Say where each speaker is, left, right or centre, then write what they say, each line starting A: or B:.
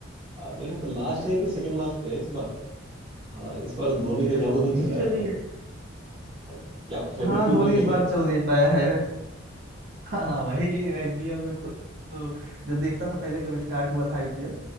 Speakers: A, on the right (about 25°); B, on the right (about 55°).
A: हाँ, मेरे ख्याल तो लास्ट है पे सेकंड लास्ट पे है इस बार हाँ इस बार धोनी
B: अरे
A: का जादू
B: बहुत
A: नहीं
B: नीचे
A: चला है
B: चली
A: थोड़ा
B: गई है
A: क्या फेवरेट
B: हाँ
A: टीम
B: धोनी
A: वही
B: इस
A: है क्या
B: बार चल नहीं पाया है हाँ भाई आईपीएल में तो, तो जब देखता था पहले जब स्टार्ट हुआ था आईपीएल